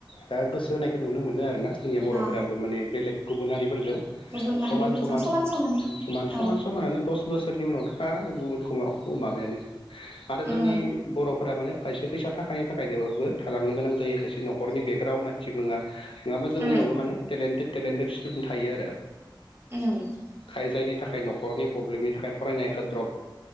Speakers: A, on the left; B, on the right.
A: दा गोसो होनायखौ नुनो मोनो आरो ना जोंनिया बर'फोराबो
B: अ
A: माने बेलेग गुबुन हारि फोरजों
B: गुबुन माहारिफोरजों
A: समान समान
B: समान
A: समान समान
B: औ
A: समानानो दस बोसोरनि उनाव <unintelligible> आरो
B: उम
A: जोंनि बर'फोरा माने खायसे फैसा थाखानि थाखायनोबो थालांनो गोनां जायो खायसे न'खरनि बेकग्राउडा थिग नङा। नङाबा जोंनियावबो
B: उम
A: माने टेलेन्टेड टेलेन्टेड स्टुडेन्ट थायो आरो।
B: <unintelligible>
A: खाय जायनि थाखाय न'खरनि प्रब्लेमनि थाखाय फरायनायखौ द्रप